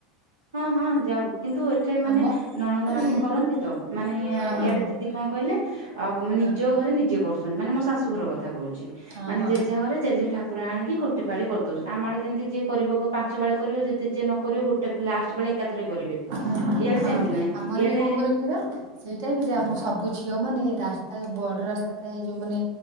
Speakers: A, on the right (about 80°); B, on the right (about 60°).
A: ହଁ ହଁ ଯାଉ କିନ୍ତୁ ଏଠେ ମାନେ
B: ଆମ
A: ନଣନ୍ଦ
B: ହଁ
A: ମାନେ କରନ୍ତି ତ ମାନେ
B: ହଁ ହଁ
A: ଇଆଡେ ଦିଦି କଣ କହିଲେ ଆଉ
B: ହଁ
A: ନିଜ ଘରେ ନିଜେ କରୁଛନ୍ତି ମାନେ ମୋ ଶଶୁ ଘର କଥା କହୁଛି
B: ହଁ
A: ମାନେ
B: ହଁ।
A: ଜେଝା ଘରେ ଜେଝା ଠାକୁ କୁର ଆଣିକି ଗୋଟେ ପାଳି କରିଦେଉଛନ୍ତି ଆମ ଆଡ଼େ ଯେମିତି ଯିଏ କରିବ ପାଞ୍ଚ ପାଳି କରିବ ଯଦି ଯିଏ ନ କରିବ ଗୋ ଲାଷ୍ଟ ପାଳି ଏକାଥରେ କରିବେ।
B: ଉଁ ହୁଁ
A: ଇଆଡେ
B: ହଁ
A: ସେମିତି ନାହିଁ
B: ଆମର
A: ଇଆଡେ
B: ବି କଣ କରିବୁ କହିଲ? ସେଇ ଟାଇମରେ ଆମ ସବୁ ଝିଅ ମାନେ ରାସ୍ତା ବଡ ରାସ୍ତା ଥାଏ ଯୋଉମାନେ